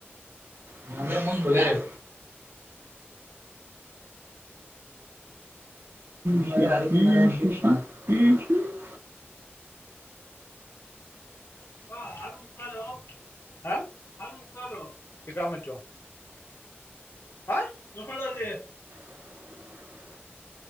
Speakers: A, on the right; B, on the left.
A: ಹ ನಮೇರ ಮನ್ ಬಲ
B: ಆ
A: ರ <unintelligible> <unintelligible> ಹ್ಮ ಹ್ಮ್
B: ಹಾ ಆರು ಮುಕ್ಕಾಲು ಹಾ ಆರು ಮುಕ್ಕಾಲು ತಿಕ ಮುಚ್ಚು ಹಾ <unintelligible>
A: <inaudible>